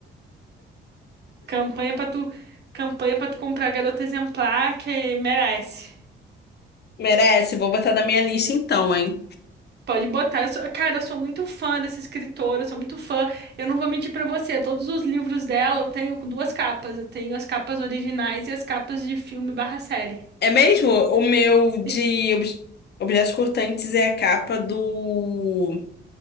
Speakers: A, on the right; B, on the left.
A: Campanha pra tu, campanha para tu comprar garota exemplar que merece.
B: Merece, vou botar da minha lista então, hein?
A: Pode botar. Eu sou- cara, eu sou muito fã dessa escritora, eu sou muito fã. Eu não vou mentir pra você, todos os livros dela eu tenho com duas capas. Eu tenho as capas originais e as capas de filme barra série.
B: É mesmo? O meu de
A: Sim.
B: obj- Objetos Cortantes é a capa do.